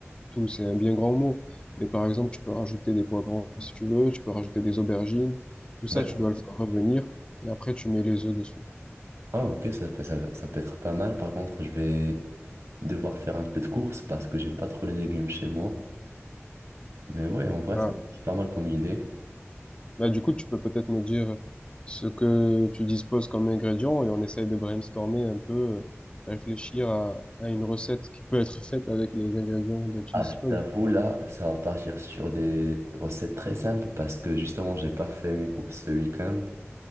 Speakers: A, on the left; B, on the right.
A: tout, c'est un bien grand mot. Mais par exemple, tu peux rajouter des poivrons si tu veux, tu peux rajouter des aubergines. Tout ça,
B: D'accord.
A: tu dois le faire revenir. Et après, tu mets les œufs dessus.
B: Ah, ok, ça, peut- ça, peut- ça peut être pas mal. Par contre, je vais devoir faire un peu de course parce que j'ai pas trop les légumes chez moi. Mais ouais, en vrai,
A: Ah.
B: ça peut être pas mal comme idée.
A: Bah, du coup, tu peux peut-être me dire ce que tu disposes comme ingrédients et on essaye de brainstormer un peu, euh, réfléchir à, à une recette qui peut être faite avec les ingrédients dont tu
B: Ah,
A: disposes.
B: je t'avoue, là, ça va partir sur des recettes très simples parce que justement, j'ai pas fait mes courses ce week-end.